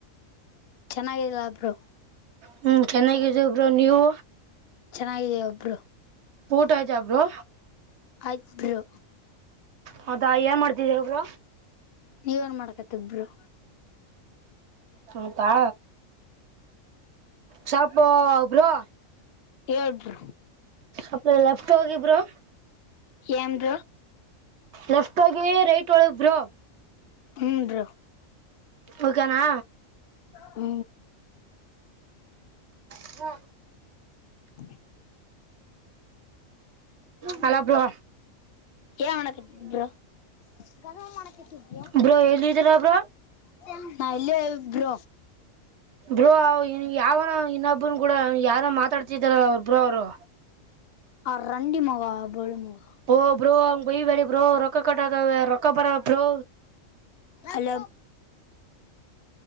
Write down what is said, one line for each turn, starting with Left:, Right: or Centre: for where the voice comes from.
Left: ಚೆನ್ನಾಗಿಲ್ಲ ಒಬ್ರು
Right: ಹ್ಮ್ ಚೆನ್ನಾಗಿದ ಬ್್ರ ನೀವು
Left: ಚೆನ್ನಾಗಿದೆ ಒಬ್ರು
Right: ಊಟ ಆಜಬ್ರು
Left: ಅಬ್ರೋ
Right: ಹೌದಾ ಏನ್ ಮಾಡ್ದಿದ ಒಬ್ರ
Left: ನೀವೇನ್ ಮಾಡ್ಕತಿದರು
Right: ಹೌದಾ ಸಪ ಬ್ರೋ
Left: ಎಏಳ್ರು
Right: ಅ ಲೆಫ್ಟ್ ಹೋಗಬರು
Left: ಎ್ದ
Right: ರಷ್ಟೋಗಿ ರೈಟ್ ಒಳಬ್ರು
Left: ಹ್ಞ ರ
Right: ಓಕನಾ
Left: ಹ್ಮ
Right: ಹಾ
Left: ಹ್ಮ
Right: ನಲ್ಲ ಬರ
Left: ೇ ಮಾಡಕಟ್ಟಿದರು ಗಮ ಮಾಡಕ ಇಟ್ಟಿದರು
Right: ಬ್ರೋ ಎಲ್ಲಿದ್ದೀರಾ ಬ್ರೋ
Left: ನ ಬ್ರ
Right: ಬ್ರೋ ಯಾವನೋ ಇನ್ನೊಬ್ಬ್ರ ಕೂಡ ಯಾರೋ ಮಾತಾಡ್ತಿದಾರಲ್ಲ ಅವ್ರು ಬ್ರೋ ಅವರು
Left: ಆ ರಂಡ ಮುಗ ಬಳು ಮುಗುವ
Right: ಓ ಬ್ರೋ ಹಂಗ ಬಯಿ ಬರಿ ಬ್ರೋ ರೊಕ್ಕ ಕಟ್ಟತವ ರೊಕ್ಕ ಬರ ಬ್ರೋ
Left: ಅಲ